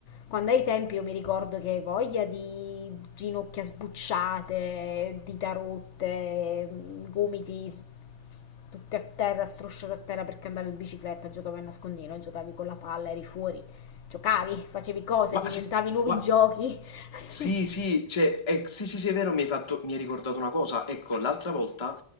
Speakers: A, on the left; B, on the left.
A: Quando ai tempi io mi ricordo che voglia di ginocchia sbucciate, dita rotte, gomiti s- s- tutti a terra, strusciati a terra perché andavi in bicicletta, giocavi a nascondino, giocavi con la palla, eri fuori. Giocavi, facevi cose,
B: Gua
A: diventavi
B: sì,
A: nuovi
B: gua
A: giochi.
B: Sì,
A: <laughs>
B: sì, cioè, eh, sì, sì, sì, è vero, mi hai fatto, mi hai ricordato una cosa. Ecco, l'altra volta,